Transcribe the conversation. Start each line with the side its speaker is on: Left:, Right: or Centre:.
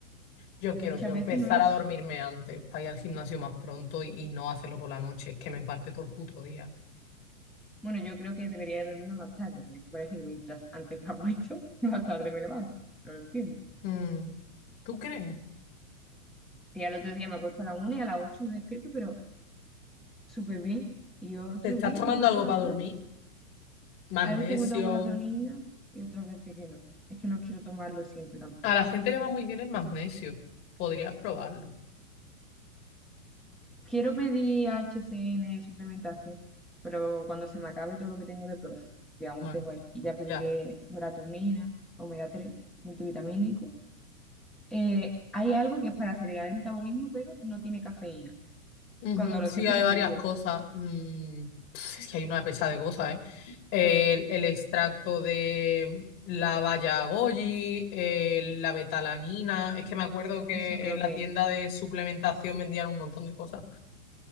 Left: Yo quiero,
Centre: Y muchas
Left: tío,
Centre: veces
Left: empezar
Centre: no es,
Left: a dormirme antes para ir al gimnasio más pronto y, y no hacerlo por la noche. Es que me parte todo el puto día.
Centre: bueno, yo creo que debería de dormirme más tarde, porque parece que mientras antes me acuesto, <laughs> más tarde me levanto, no lo entiendo.
Left: Mm, ¿Tú crees?
Centre: Y al otro día me acuesto a las 1 y a las 8 me despierto, pero súper bien. Y otro
Left: ¿Te estás
Centre: día
Left: tomando
Centre: me acuesto
Left: algo
Centre: a las
Left: para dormir?
Centre: dos
Left: Magnesio.
Centre: Hay veces que me tomo melatonina y otras veces que no. Es que no quiero tomarlo siempre tampoco.
Left: A la gente le va muy bien el magnesio. Podrías probarlo.
Centre: Quiero pedir HCN suplementación, pero cuando se me acabe todo lo que tengo de Profi, que aún
Left: Bueno,
Centre: tengo ahí,
Left: sí.
Centre: y ya pediré
Left: Ya.
Centre: melatonina, omega 3, multivitamínico. Eh, hay algo que es para acelerar el metabolismo, pero no tiene cafeína.
Left: Ujú.
Centre: Cuando lo
Left: Sí,
Centre: sepa
Left: hay
Centre: te lo
Left: varias
Centre: digo.
Left: cosas. Mm, pf, es que hay una pesa de cosas, ¿eh? El, el extracto de la baya goji, el- la betalanina. Es que me acuerdo que
Centre: Eso creo
Left: en la
Centre: que,
Left: tienda
Centre: es.
Left: de suplementación vendían un montón de cosas.